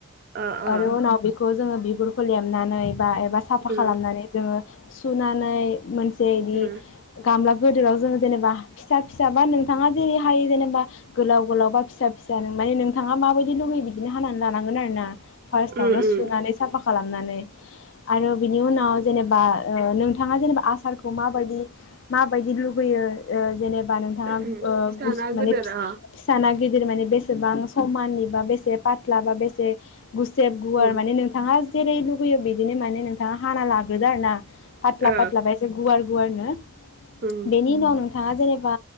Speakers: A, on the right; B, on the left.
A: अ अ
B: आरो उनाव बेखौ जों बिगुरखौ लेमनानै बा एबा सा फा
A: उम
B: खालामनानै जोंङो सुनानै मोनसे इदि
A: उम
B: गामला गोदोराव जोङो जेनेबा फिसा फिसा बा नोंथाङा जेरै हायो जेनेबा गोलाव गोलाव बा फिसा फिसा माने नोंथाङा माबायदि लुगैयो बिदिनो हानानै लानांगोन आरो ना फार्स्टावनो
A: उम उम
B: सुनानै साफा खालामनानै आरो बिनि उनाव जेनेबा ओ नोंथाङा जेनेबा आसारखौ माबायदि माबायदि लुुबैयो ओ जेनेबा नोंथाङा
A: उम
B: ओ
A: फिसा ना
B: माने
A: गोदोर
B: ओ
A: अ
B: फिसा ना गि गिदिर माने बेसेबां समाननि बा बेसे फाथ्ला बा बेसे गुसेब गुवार
A: उम
B: माने नोंथाङा जेरै लुगैयो बिदिनो माने नों हानालाग गोज आरोना पातला
A: ओ
B: पातलाबा एसे गुवार गुवारनो
A: उम
B: बेनि उनाव नोंथाङा जेनेबा